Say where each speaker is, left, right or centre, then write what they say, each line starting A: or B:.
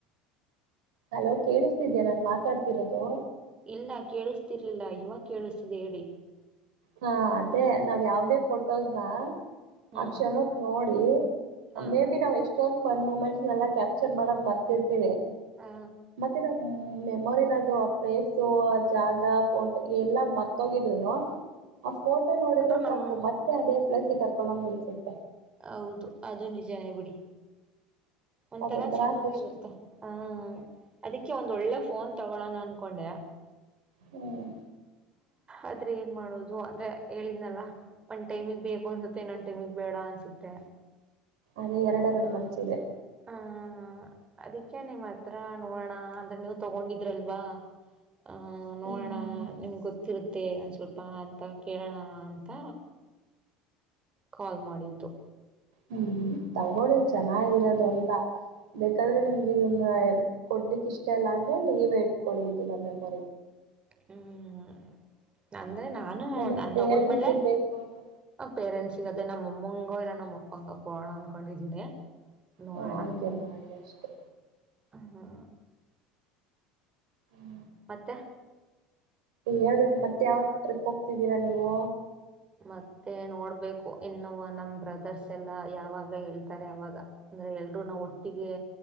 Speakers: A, on the right; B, on the right.
A: ಹಲೋ ಕೇಳಿಸ್ತಿದೀಯ ನನ್ ಮಾತಾಡ್ತಿರೋದು?
B: ಇಲ್ಲ ಕೇಳಿಸ್ತಿರ್ಲಿಲ್ಲ ಇವಾಗ್ ಕೇಳಿಸ್ತಿದೆ ಹೇಳಿ.
A: ಹಾ ಅದೇ ನಾವ್ ಯಾವ್ದೇ ಫೋಟೋಸ್ನ
B: ಹ್ಮ್
A: ಆ ಕ್ಷಣಕ್ ನೋಡ್ ನೀವು
B: ಹಾ
A: ಮೇ ಬಿ ನಾವ್ ಎಷ್ಟ ಷ್ಟೊನ್ ಫನ್ ಮೂಮೆಂಟ್ಸ್ನೆಲ್ಲ ಕ್ಯಾಪ್ಚರ್ ಮಾಡ್ದ್ ಮರ್ತಿರ್ತಿವಿ ಸ್
B: ಆ
A: ಮತ್ತೆ <unintelligible> ರಾಮ ಮೆಮೋರಿಲ್ ಅದು ಆ ಪ್ಲೇಸು ಆ ಜಾಗ ಫೋಟೋ ಎಲ್ಲಾ ಮರ್ತೋಗಿದ್ರುನು ಆ ಫೋಟೋ ನೋಡಿದ್ರೆ
B: ಅಟ ನಮ್ಮ
A: ಸಾಕು ಮತ್ತೆ ಅದೇ ಪ್ಲೇಸ್ ಕರ್ಕೊಂಡಂಗ್ ನಿಲ್ಸುತ್ತೆ
B: ಹೌದು ಅದು ನಿಜನೇ ಬಿಡಿ ಒಂಥರಾ
A: ಅದೊಂತರ
B: ಚೆನ್ನಾಗಿರುತ್ತೆ
A: ಖುಷಿ
B: ಹ ಅದಕ್ಕೆ ಒಂದ ಒಳ್ಳೆ ಫೋನ್ ತಗೋಳಣ ಅನ್ಕೊಂಡೆ
A: ಹ್ಮ್
B: ಆದ್ರೆ ಏನ್ ಮಾಡೋದು ಅಂದ್ರೆ ಹೇಳಿದ್ನಲ್ಲ ಒಂದ್ ಟೈಮಿಗೆ ಬೇಕು ಅನ್ಸುತ್ತೆ ಇನ್ನೊಂದ ಟೈಮಿಗೆ ಬೇಡ ಅನ್ಸುತ್ತೆ
A: ಅದೇ ಎರಡೆರಡು ಮನ್ಸ ಇದೆ
B: ಹ್ಮ್ ಅದಕ್ಕೆ ನಿವ್ ಹತ್ರ ನೋಡೋಣ ಅಂದ್ರೆ ನೀವು ತಗೊಂಡಿದ್ರಲ್ವಾ ಅಹ ನೋಡೋಣ
A: ಹ್ಮ್
B: ನಿಮ್ಗೆ ಗೊತ್ತಿರುತ್ತೆ ಒಂದ ಸ್ವಲ್ಪ ಅಂತ ಕೇಳೋಣ ಅಂತ ಕಾಲ್ ಮಾಡಿದ್ದು
A: ಹ್ಮ್ ತಗೋಳ್ಳಿ ಚೆನ್ನಾಗಿರೋದೊಂದ ಬೇಕಾದ್ರೆ ನಿಮ್ಗೆ ಇದನ್ನ ಕೊಡ್ಲಿಕ್ ಇಷ್ಟ ಅಲ್ಲ ಅಂದ್ರೆ ನೀವು ಇಟ್ಕೊಳ್ಳಿ ಇ ನ ಮೆಂಬರಿಗೆ
B: ಹ್ಮ್ ನ ಅಂದ್ರೆ ನಾನು
A: ನಿಮ್
B: ನಾ
A: ಪೇರೆಂಟ್ಸಿಗೆ
B: ತಗೊಂಡ್ಮೇಲೆ
A: ಬೇಕು ಅಂದ್ರೆ
B: ಪೇರೆಂಟ್ಸ್ ಸಿಗದೇ ನಮ್ಮಮ್ಮಂಗೆ ಇಲ್ಲ ನಮ್ಮ ಅಪ್ಪಂಗೆ ಕೊಡೋಣ ಅನ್ಕೊಂಡಿದ್ದೀನಿ ನೋಡೋಣ
A: ಹ ಅಂಗೆ ಮಾಡಿ ಅಷ್ಟೇ
B: ಹ
A: ಹ್ಮ್
B: ಮತ್ತೆ
A: ಹೇಳ್ಬೇಕು ಮತ್ತೆ ಯಾವಾಗ ಟ್ರಿಪ್ ಹೋಗ್ತಿದ್ದೀರಾ ನೀವು
B: ಮತ್ತೆ ನೋಡ್ಬೇಕು ಇನ್ನು ನಮ್ಮ್ ಬ್ರದರ್ಸ್ ಎಲ್ಲ ಯಾವಾಗ ಹೇಳ್ತಾರೆ ಅವಾಗ ಅಂದ್ರೆ ಎಲ್ರೂ ನಾ ಒಟ್ಟಿಗೆ